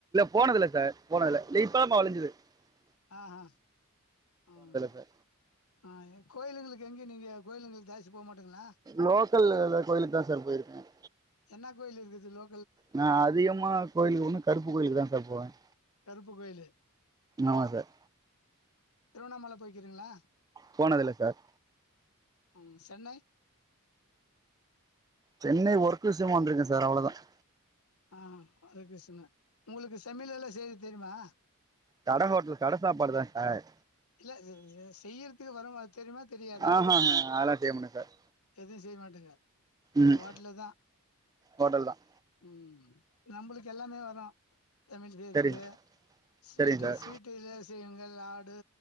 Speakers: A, on the right; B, on the left.
A: போனதுல சார் போனதுல இல்ல இப்பதான்மா விளைஞ்சுது <unintelligible>
B: ஆஹ் ஆஹ் உம்
A: சார்
B: ஆ கோயிலுங்களுக்கு எங்க நீங்க கோயிலுங்களுக்கு போ மாட்டீங்களா
A: லோக்கல்ல கோயிலுக்கு தான் சார் போயிருக்கேன்
B: என்ன கோயில் இருக்குதுலோ
A: நா அதிகமா கோயிலுக்கு ஒன்னு கருப்பு கோயிலுக்குதான் சார் போவேன்
B: கருப்பு கோயிலு
A: ஆமா சார்
B: திருவண்ணாமல போய்க்கிறீங்களா
A: போனதில சார்
B: உம் சென்னை
A: சென்னை ஒர்க் விஷயமா வந்துயிருக்கேன் சார் அவ்வளவுதான்
B: ஆஹ் அதுகோஷண உங்களுக்கு செயினலுல்லா செய்தி தெரியுமா
A: கட ஹோட்டல் கட சாப்பாடு தான் சார்
B: இல்ல செய்யறதுக்கு வரும் அது தெரியுமா தெரியாதா
A: ஆஹா அதெல்லாம் செய்ய மாட்டேன் சார்
B: எதுவும் செய்ய மாட்டிங்க
A: ம்
B: ஹோட்டலு தான்
A: ஹோட்டல் தான்
B: உம் நம்பளுக்கு எல்லாமே வரும் சமையல் செய்றதுக்கு
A: சரிங்க
B: ஸ்வீட்டு
A: சரிங்க சார்
B: ஸ்வீட்டு இதல்செய்வாங்க லாடு